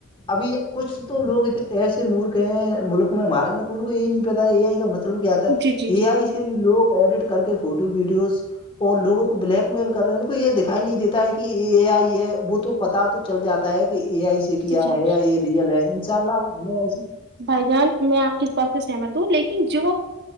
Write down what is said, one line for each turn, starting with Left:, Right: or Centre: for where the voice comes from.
Left: ابھی کچھ تو لوگ ایسے مور ملک میں ہمارے میں کون کو یہ نہیں پتا اے آئی کا مطلب کیا
Right: جی
Left: تھا
Right: جی جی
Left: اے آئی بھی لو ایڈٹ کر کے فوٹو ویڈیوز اور لوگوں کو بلیک میل کر رہے ہیں ان کو یہ دکھائی نہیں دیتے کہ یہ آئی یہ بت پتا تو چل جاتا ہے کہ یہ آے کیا
Right: جی جی
Left: ہے یا یہ ریئل ہے ان شاء اللہ ہمیں ایسی
Right: بھائی جان میں آپ کی اس بات سے سہمت ہوں لیکن جو